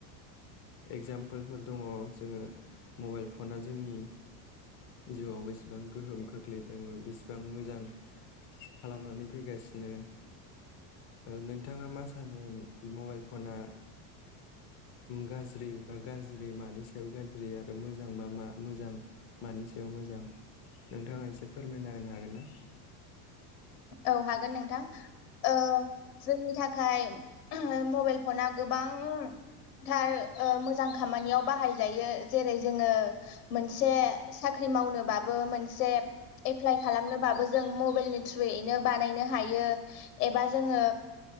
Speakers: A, on the left; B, on the left.
A: एगजामपोलफोर दङ जोङो मबाइल फना जोंनि जिउआव बेसेबां गोहोम खोख्लैदों बेसेबां मोजां खालामनानै फैगासिनो नोंथाङा मा सानो मबाइल फना गाज्रि बा गाज्रि मानि सायाव गाज्रि आरो मोजांबा मा मोजां मानि सायाव मोजां नोंथाङा एसे फोरमायना होनो हागोन ना?
B: औ हागोन नोंथां। ओ जोंनि थाखाय मबाइल फना गोबांथार मोजां खामानियाव बाहाय जायो जेरै जोङो मोनसे साख्रि मावनोबा बो मोनसे एप्लाइ खालामनो बाबो जों मबाइलनि थ्रुयैनो बानायनो हायो एबा जोङो